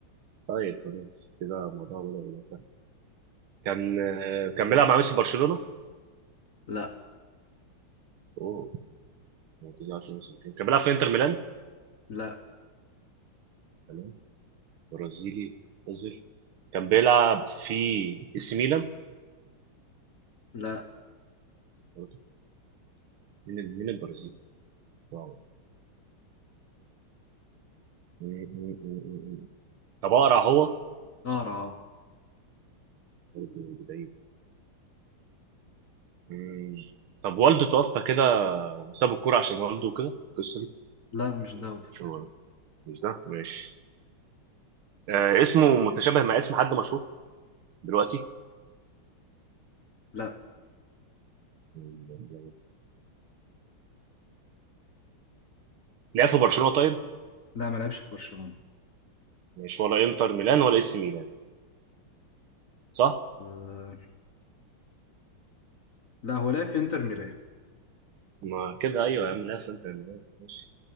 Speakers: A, on the right; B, on the left.
A: طيب خلاص كده الموضوع بدأ يبقى سهل كان آه، كان بيلعب مع ميسي في برشلونة
B: لا
A: اوه ما تزعلش من ميسي برشلونة. كان بيلعب في انتر ميلان
B: لا
A: تمام برازيلي مصري كان بيلعب في اي سي ميلان
B: لا
A: برضه. مين ال- مين البرازيلي واو م- م- م- م- م. طب اقرا هو
B: قارة آه
A: برضه بعيد م. طب والده توفى كده وساب الكوره عشان والده وكده القصه دي
B: لا مش دوت
A: مش هو ده مش ده ماشي آه اسمه متشابه مع اسم حد مشهور دلوقتي
B: لا
A: م. لعب في برشلونة طيب
B: لا ما لعبش في برشلونة
A: مش ولا انتر ميلان ولا اي سي ميلان صح
B: آه لا هو لعب في انتر ميلان
A: ما كده ايوه يا عم لعب في انتر ميلان ماشي